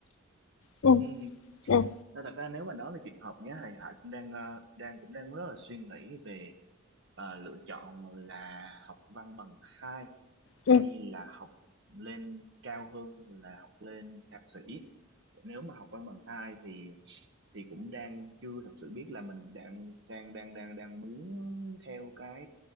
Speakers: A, on the left; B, on the right.
A: ừ,
B: Ừ.
A: ừ,
B: Nên thật ra nếu mà nói về chuyện học nhé thì Hải cũng đang ờ, đang cũng đang rất là suy nghĩ về ờ, lựa chọn là học văn bằng hai hay
A: ừ,
B: là học lên cao hơn là học lên thạc sĩ nếu mà học văn bằng hai thì thì cũng đang chưa thật sự biết là mình đang sang đang đang đang muốn theo cái